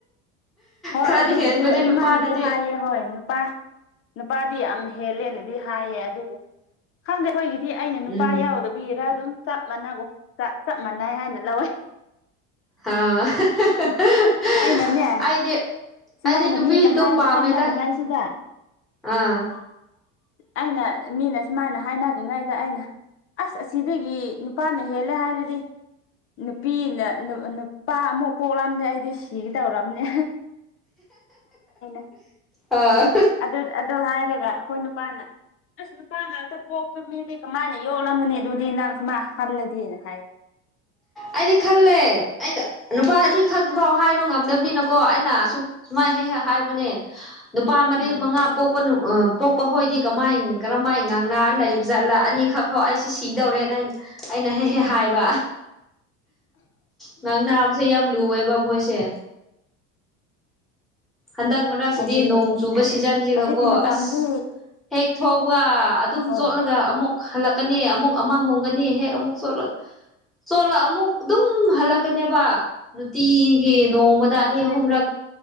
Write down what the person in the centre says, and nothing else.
ꯈꯔꯗꯤ
ꯍꯦꯟꯕꯅꯦ
ꯅꯨꯄꯥꯅꯗꯤ
ꯎꯝ
<unintelligible>
ꯑꯩꯗꯤ
ꯑꯩꯗꯤ ꯅꯨꯄꯤ
ꯑꯗꯨꯝ
ꯄꯥꯝꯃꯦꯗ ꯑꯥ
ꯑꯥ
ꯑꯩꯗꯤ ꯈꯜꯂꯦ ꯑꯩ ꯅꯨꯄꯥ ꯑꯅꯤ ꯈꯛꯇ ꯐꯥꯎ ꯍꯥꯏꯕ ꯉꯝꯗꯕꯅꯤꯅꯀꯣ ꯑꯩꯅ ꯁꯨꯝ ꯁꯨꯃꯥꯏ ꯍꯦꯛ ꯍꯦꯛ ꯍꯥꯏꯕꯅꯦ ꯅꯨꯄꯥ ꯃꯔꯤ
ꯃꯉꯥ ꯄꯣꯛꯄ ꯎ ꯄꯣꯛꯄ ꯍꯣꯏꯗꯤ ꯀꯃꯥꯏ ꯀꯔꯝꯍꯥꯏꯅ ꯉꯥꯡꯅ ꯂꯩꯕ ꯖꯥꯠꯂꯥ ꯑꯅꯤꯈꯛ ꯐꯥꯎ ꯑꯩꯁꯦ ꯁꯤꯗꯧꯔꯦꯅ ꯑꯩꯅ ꯑꯩꯅ ꯍꯦꯛ ꯍꯦꯛ ꯍꯥꯏꯕ ꯉꯥꯡ ꯅꯥꯕꯁꯦ ꯌꯥꯝ ꯂꯨꯑꯦꯕ ꯃꯣꯏꯁꯦ ꯍꯟꯗꯛ ꯃꯔꯛꯁꯤꯗꯤ
ꯅꯣꯡ
ꯆꯨꯕ ꯁꯤꯖꯟꯁꯤꯒꯀꯣ
ꯑꯁ ꯍꯦꯛ ꯊꯧꯕ ꯑꯗꯨꯝ
ꯆꯣꯠꯂꯒ ꯑꯃꯨꯛ ꯍꯜꯂꯛꯀꯅꯤ ꯑꯃꯨꯛ ꯑꯃ ꯍꯣꯡꯒꯅꯤ ꯍꯦꯛ ꯑꯃꯨꯛ ꯁꯣꯠ ꯆꯣꯠꯂ ꯑꯃꯨꯛ ꯑꯗꯨꯝ ꯍꯜꯂꯛꯀꯅꯦꯕ ꯅꯨꯡꯇꯤꯒꯤ ꯅꯣꯡꯃꯗ
ꯑꯅꯤ ꯑꯍꯨꯝꯔꯛ